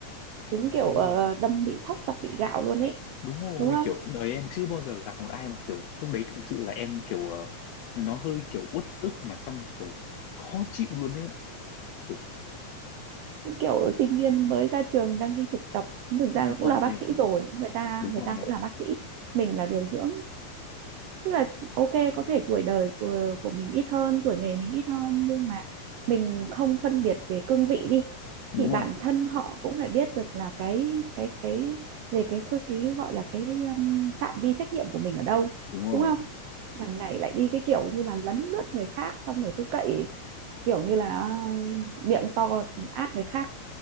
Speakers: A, on the right; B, on the left.
A: đúng kiểu
B: thế-
A: ờ, đâm bị thóc chọc bị gạo luôn ấy
B: đúng rồi
A: đúng không
B: kiểu đời em chưa bao giờ gặp một ai mà kiểu lúc đấy thực sự là em kiểu ờ, nó hơi kiểu uất ức mà xong kiểu khó chịu luôn đấy kiểu
A: Đúng kiểu sinh viên mới ra trường đang đi thực tập thực
B: đúng
A: ra nó cũng
B: rồi
A: là bác sĩ rồi người ta
B: đúng
A: người
B: rồi
A: ta cũng là bác sĩ mình là điều dưỡng tức là ok có thể tuổi đời của của mình ít hơn tuổi nghề mình ít hơn nhưng mà mình không phân biệt về cương vị đi
B: đúng
A: thì bản
B: rồi
A: thân họ cũng phải biết được là cái cái cái về cái khư- cái gọi là cái um, phạm vi trách nhiệm của mình ở đâu
B: đúng rồi
A: đúng không đằng này lại đi cái kiểu như là lấn lướt người khác xong rồi cứ cậy kiểu như là uh, miệng to át người khác